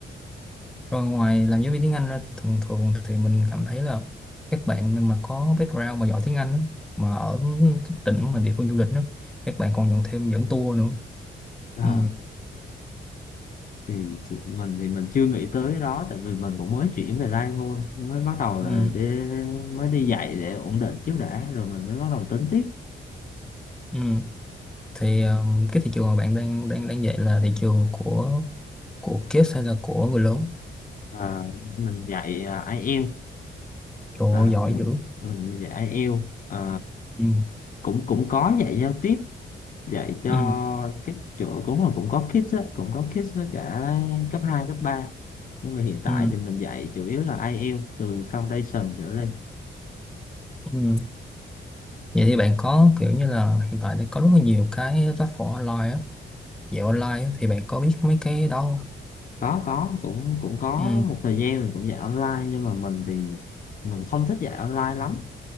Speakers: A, in the centre; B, on the left.
A: Rồi ngoài làm giáo viên tiếng Anh ra, thường thường thì mình cảm thấy là các bạn mà có background mà giỏi tiếng Anh á, mà ở các tỉnh mà địa phương du lịch đó, các bạn còn nhận thêm dẫn tour nữa.
B: à,
A: Ừ,
B: thì thì mình thì mình chưa nghĩ tới cái đó tại vì mình cũng mới chuyển về đây thôi mới bắt đầu
A: ừ,
B: là đi mới đi dạy để ổn định trước đã rồi mình mới bắt đầu tính tiếp
A: ừ. thì um, cái thị trường mà bạn đang đang đang dạy là thị trường của của kids hay là của người lớn
B: à, mình dạy à, IELTS
A: trời
B: à,
A: ơi, giỏi
B: mình,
A: dữ
B: mình dạy IELTS à,
A: ừ.
B: cũng cũng có dạy giao tiếp dạy cho
A: Ừ.
B: các chỗ cũng là cũng có kids á cũng có kids với cả cấp 2 cấp ba nhưng mà hiện tại
A: Ừ.
B: thì mình dạy chủ yếu là IELTS từ foundation trở lên
A: Ừ. vậy thì bạn có kiểu như là hiện tại thì có rất là nhiều cái platform online á dạy online á, thì bạn có biết mấy cái đó không
B: có có cũng cũng có
A: ừ.
B: một thời gian mình cũng dạy online nhưng mà mình thì mình không thích dạy online lắm